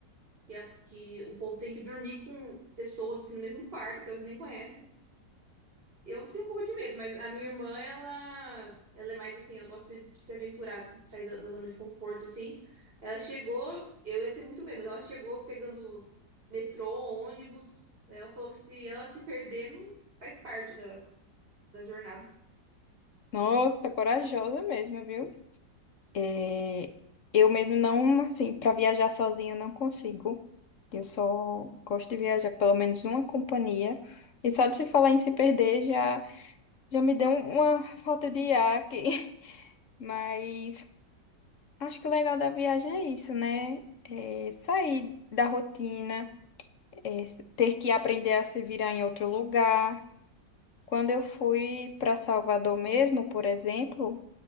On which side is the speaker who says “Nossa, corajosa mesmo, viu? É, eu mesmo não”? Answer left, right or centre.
Left